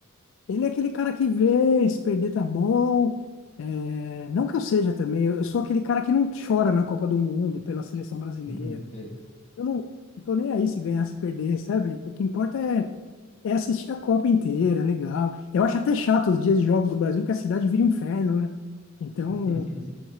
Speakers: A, on the left; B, on the left.
A: Ele é aquele cara que vê, se perder tá bom. É, não que eu seja também, eu eu sou aquele cara que não chora na Copa do Mundo pela seleção brasileira.
B: Uhum, sei.
A: Eu não, não tô nem aí se ganhar, se perder, sabe? O que importa é, é assistir a Copa inteira, é legal. Eu acho até chato os dias de jogos do Brasil, que a cidade vira um inferno, né? Então,
B: <laughs>